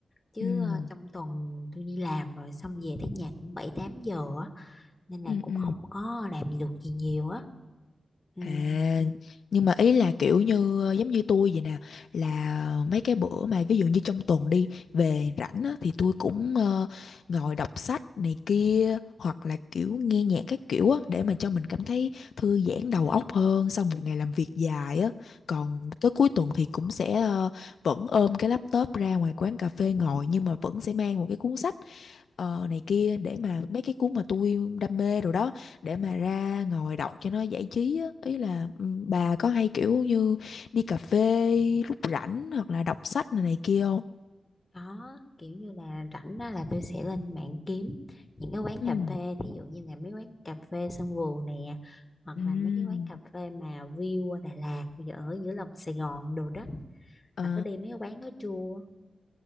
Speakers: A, on the left (about 20°); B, on the left (about 80°).
A: Chứ
B: Ừ,
A: ờ, trong tuần tôi đi làm rồi Xong về tới nhà cũng bảy tám giờ á, Nên là
B: ừ,
A: cũng
B: ừ.
A: không có làm được gì nhiều á ừ.
B: À, nhưng mà ý là kiểu như ờ, giống như tôi vậy nè là mấy cái bữa mà ví dụ như trong tuần đi về rảnh á, thì tôi cũng ờ, ngồi đọc sách này kia hoặc là kiểu nghe nhạc các kiểu á để mà cho mình cảm thấy thư giãn đầu óc hơn sau một ngày làm việc dài á còn tới cuối tuần thì cũng sẽ ờ, vẫn ôm cái laptop ra ngoài quán cà phê ngồi nhưng mà vẫn sẽ mang một cái cuốn sách ờ, này kia để mà mấy cái cuốn mà tôi đam mê rồi đó để mà ra ngồi đọc cho nó giải trí á. Ý là ừ, bà có hay kiểu như đi cà phê lúc rảnh hoặc là đọc sách này, này kia không?
A: Đó kiểu như là rảnh á, là tôi sẽ lên mạng kiếm Những cái quán
B: Ừ.
A: cà phê Thí dụ như là mấy quán cà phê sân vườn nè Hoặc
B: Ừm.
A: là mấy cái quán cà phê mà view qua Đà Lạt Ở giữa lòng Sài Gòn đồ đó
B: Ờ.
A: Bà có đi mấy cái quán đó chưa?